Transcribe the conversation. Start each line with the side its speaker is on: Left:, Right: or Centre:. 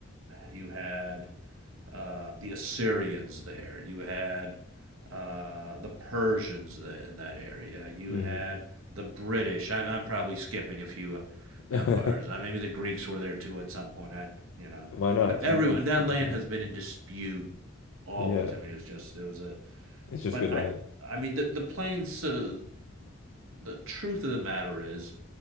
Right: You had uh, the Assyrians there. You had uh, the Persians there in that area. You
Left: Mhm.
Right: had the British. I, I'm probably skipping a few uh,
Left: <laughs> Why
Right: empires. I, maybe the Greeks were there too at some point. I, you know,
Left: not?
Right: but everyone
Left: Throw 'em
Right: that
Left: in.
Right: land has been
Left: <laughs>
Right: in dispute always.
Left: Yeah.
Right: I mean, it was just it was a.
Left: It's
Right: But
Left: just good
Right: I,
Left: land.
Right: I mean, the the plains uh, the truth of the matter is,